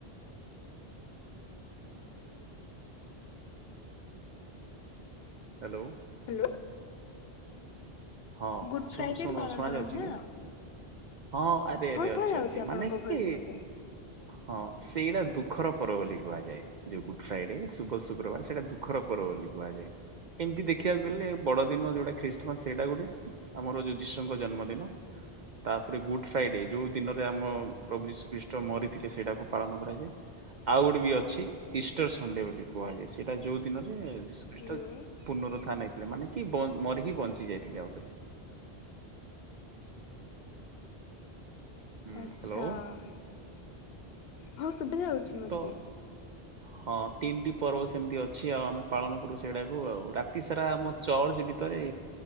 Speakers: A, on the right; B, on the left.
A: ହ୍ୟାଲୋ।
B: ହ୍ୟାଲୋ।
A: ହଁ
B: ଗୁଡ
A: ଶୁଣ୍-ଶୁଣ୍-ଶୁଣା
B: ଫ୍ରାଇଡେ ପାଳନ କରନ୍ତି
A: ଯାଉଛି
B: ନା
A: କି? ହଁ ଆରେ ଆରେ
B: ହଁ ଶୁଭା
A: ଅଛି,
B: ଯାଉଛି
A: ଅଛି।
B: ଆପଣଙ୍କ
A: ମାନେ କି
B: ଭଏସ ମତେ।
A: ହଁ ସେଇଟା ଦୁଃଖର ପର୍ବ ବୋଲି କୁହାଯାଏ। ଯୋଉ ଗୁଡ୍ ଫ୍ରାଇଡେ ଶୁକ-ଶୁକ୍ରବାର। ସେଇଟା ଦୁଃଖର ପର୍ବ ବୋଲି କୁହାଯାଏ। ଏମିତି ଦେଖିବାକୁ ଗଲେ ବଡ ଦିନ ଯୋଉଟା ଖ୍ରୀଷ୍ଟମାସ୍। ସେଇଟା ଗୋଟେ ଆମର ଯିଶୁଙ୍କ ଜନ୍ମଦିନ। ତା ପରେ ଗୁଡ୍ ଫ୍ରାଇଡେ, ଯୋଉ ଦିନରେ ଆମ ପ୍ରଭୁ ଯିଶୁଖ୍ରୀଷ୍ଟ ମରିଥିଲେ, ସେଇଟାକୁ ପାଳନ କରାଯାଏ। ଆଉ ଗୋଟେ ବି ଅଛି ଇଷ୍ଟର ସଣ୍ଡେ ବୋଲି କୁହାଯାଏ ସେଇଟା ଯୋଉ ଦିନରେ ଖ୍ରୀଷ୍ଟ
B: ହ୍ୟାଲୋ
A: ପୁନରୁଥାନ ହେଇଥିଲେ। ମାନେ କି ମରିକି ବଞ୍ଚି ଯାଇଥିଲେ ଆଉ ଥରେ। ହୁଁ
B: ଆଛା।
A: ହ୍ୟାଲୋ
B: ହଉ, ଶୁଭା ଯାଉଛି ମତେ।
A: ତ ହଁ ତିନିଟି ପର୍ବ ସେମିତି ଅଛି ଆଉ। ଆମେ ପାଳନ କରୁ ସେଇଡାକୁ ଆଉ। ରାତି ସାରା ଆମ ଚର୍ଚ୍ଚ ଭିତରେ